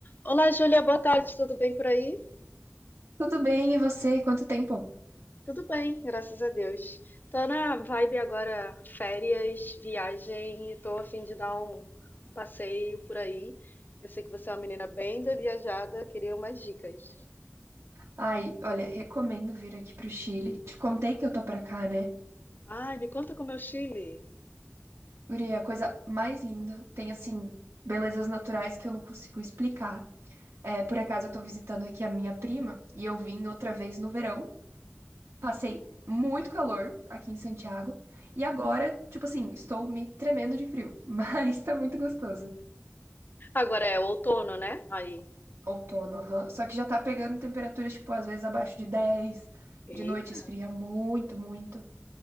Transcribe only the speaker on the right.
Tudo bem, e você? Quanto tempo?
Ai, olha, recomendo vir aqui pro Chile. Te contei que eu tô pra cá, né?
Guria, a coisa mais linda. Tem, assim, belezas naturais que eu não consigo explicar. É, por acaso, eu tô visitando aqui a minha prima e eu vim outra vez no verão. Passei muito calor aqui em Santiago e agora, tipo assim, estou me tremendo de frio, <laughs> mas tá muito gostoso.
Outono, aham. Só que já tá pegando temperaturas, tipo, às vezes abaixo de dez
de noite esfria muito, muito.